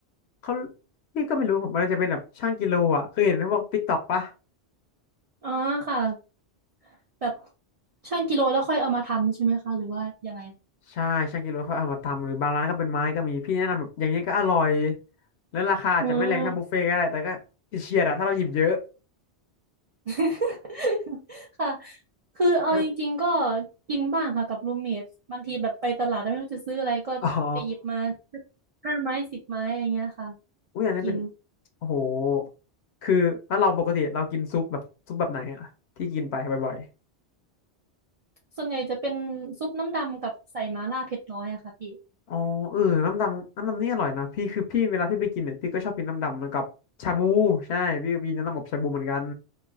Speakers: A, on the left; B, on the right.
A: เขาพี่ก็ไม่รู้ผมมันจะเป็นแบบช่างกิโลอ่ะเคยเห็นในพวกติ๊กต็อกปะ
B: อ๋อค่ะแบบชั่งกิโลแล้วค่อยเอามาทำใช่ไหมคะหรือว่ายังไง
A: ใช่ช่างกิโลเขาเอามาทำหรือบางร้านก็เป็นไม้ก็มีพี่แนะนำแบบอย่างนี้ก็อร่อยแล้วราคาอาจจะไม่แรงเท่าบุฟเฟ่ต์ก็ได้แต่ก็
B: อืม
A: เฉียดๆอะถ้าเราหยิบเยอะ
B: <laughs> ค่ะคือเอาจริงๆก็
A: แล้ว
B: กินบ้างค่ะกับรูมเมทบางทีแบบไปตลาดแล้วไม่รู้จะซื้ออะไรก็ไปหยิบมา
A: อ๋อ
B: ห้าไม้สิบไม้อย่างเงี้ยค่ะ
A: อุ้ยอันนี้เป็น
B: ไปกิน
A: โอ้โหคือถ้าเราปกติเรากินซุปแบบซุปแบบไหนอะที่กินไปบ่อย
B: ส่วนใหญ่จะเป็นซุปน้ำดำกับใส่มาล่าเผ็ดน้อยอะค่ะพี่
A: อ๋อเออน้ำดำน้ำดำนี่อร่อยนะพี่คือพี่เวลาพี่ไปกินเนี่ยพี่ก็ชอบกินน้ำดำเหมือนกับชาบูใช่พี่ก็กินน้ำดำกับชาบูเหมือนกัน